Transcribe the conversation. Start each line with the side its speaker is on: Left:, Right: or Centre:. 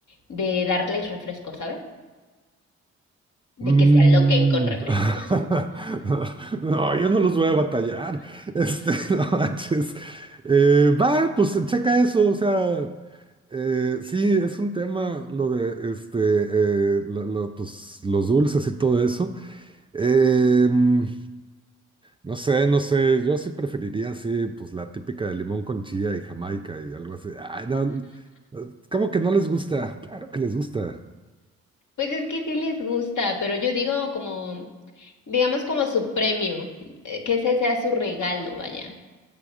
Left: de darles refresco, ¿sabes? De
Right: Mm.
Left: que se aloquen con refresco.
Right: <laughs> No, yo no los voy a batallar. Este, <laughs> no manches. Eh, va, pues checa eso. O sea, eh, sí, es un tema lo de este, eh, lo- lo, pues, los dulces y todo eso. Em, no sé, no sé, yo sí preferiría, así, pues la típica de limón con chía y Jamaica y algo así. Ay, no, n- ¿cómo que no les gusta? Claro que les gusta.
Left: Pues es que sí les gusta, pero yo digo como, digamos como su premio, eh, que ese sea su regalo, vaya.